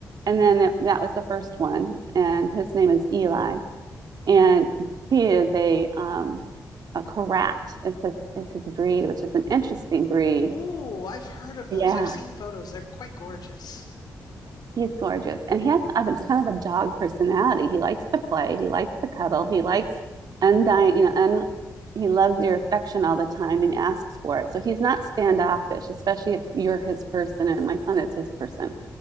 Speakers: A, on the right; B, on the left.
A: and then it, that was the first one, and his name is Eli and he is a um a Karat It's his is his breed, which is an interesting breed.
B: Oh, I've heard of those.
A: Yeah,
B: I've seen photos. They're quite gorgeous.
A: he's gorgeous, and he has a, kind of a dog personality. He likes to play, he likes to cuddle, he likes undying, you know, un, he loves your affection all the time and asks for it. So he's not standoffish, especially if you're his person. And my son is his person.